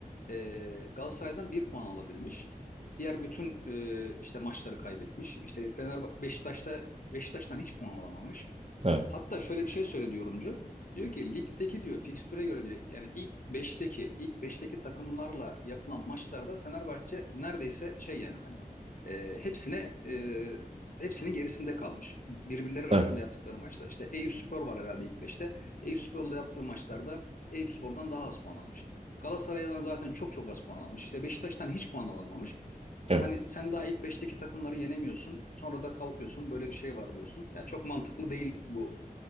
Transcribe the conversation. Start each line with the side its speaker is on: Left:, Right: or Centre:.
Left: e, Galatasaray'dan bir puan alabilmiş. Diğer bütün e, işte maçları kaybetmiş. İşte Fener Beşiktaş'ta Beşiktaş'tan hiç puan alamamış.
Right: evet,
Left: Hatta şöyle bir şey söyledi yorumcu. Diyor ki ligdeki diyor fikstüre göre diyor yani ilk beşteki ilk beşteki takımlarla yapılan maçlarda Fenerbahçe neredeyse şey yani hani e, hepsine e, hepsinin gerisinde kalmış. Birbirleri arasında
Right: evet,
Left: yaptıkları maçta. İşte Eyüpspor var herhalde ilk 5'te. Eyüpspor'la yaptığı maçlarda Eyüpspor'dan daha az puan almış. Galatasaray'dan zaten çok çok az puan almış. İşte Beşiktaş'tan hiç puan alamamış.
Right: evet.
Left: Hani sen daha ilk beşteki takımları yenemiyorsun. Sonra da kalkıyorsun böyle bir şey var diyorsun. Ya çok mantıklı değil bu